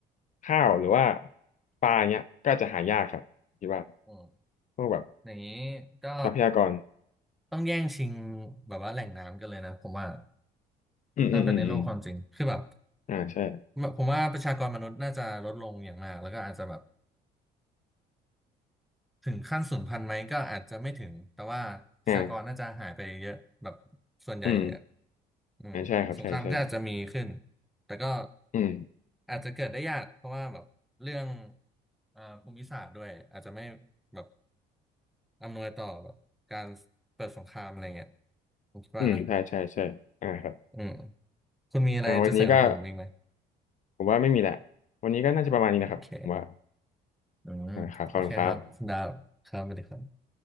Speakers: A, on the left; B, in the centre.
A: ข้าวหรือว่าปลาเนี้ยก็จะหายากครับคิดว่า
B: อืม
A: พวกแบบ
B: อย่างนี้ก็
A: ทรัพยากร
B: ต้องแย่งชิงแบบว่าแหล่งน้ำกันเลยนะผมว่า
A: อืมอืมอืมอืม
B: ถ้าเป็นในโลกความจริงคือแบบ
A: อ่าใช่
B: ผมว่าประชากรมนุษย์น่าจะลดลงอย่างมากแล้วก็อาจจะแบบถึงขั้นสูญพันธุ์ไหมก็อาจจะไม่ถึงแต่ว่าประชากรน่าจะหายไปเยอะแบบ
A: อ่า
B: ส่วนใหญ่เลยอะ
A: อืม
B: อืมสงครามก็อาจจะมีขึ้น
A: อ่าใช่ครับใช่ใช่
B: แต่ก็
A: อืม
B: อาจจะเกิดได้ยากเพราะว่าแบบเรื่องเอ่อภูมิศาสตร์ด้วยอาจจะไม่แบบอำนวยต่อแบบการเปิดสงครามอะไรเงี้ยผมคิดว่านะ
A: อืมใช่ใช่ใช่อ่าครับ
B: อืมคุณมีอะไรจะเสริมผมอีกไหม
A: อ่าวันนี้ก็ผมว่าไม่มีแหละวันนี้ก็น่าจะประมาณนี้นะครับผมว่า
B: โอเคอืมโอเคครับคุณดาวครับสวัสดีครับ
A: อ่าครับขอบคุณครับ